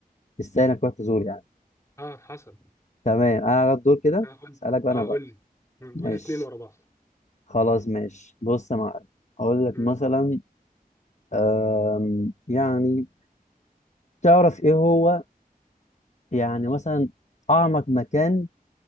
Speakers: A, on the left; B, on the left.
A: تستاهل انك تروح تزور يعني
B: اه حصل
A: تمام انا على الدور كده
B: اه قول
A: اسالك بقى
B: اه
A: انا بقى
B: قول لي مم.
A: ماشي
B: قول لي اتنين ورا بعض
A: خلاص ماشي بص يا معلم اقول لك
B: مم.
A: مثلا أم يعني تعرف ايه هو يعني مثلا اعمق مكان